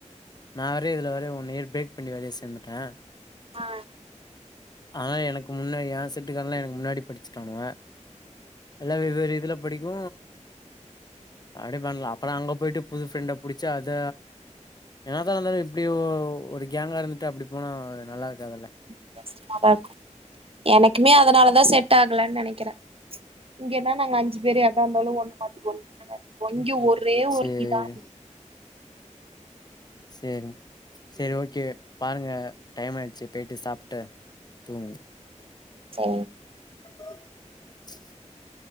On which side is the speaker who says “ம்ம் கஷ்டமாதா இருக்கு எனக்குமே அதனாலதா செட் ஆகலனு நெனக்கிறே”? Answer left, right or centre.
Right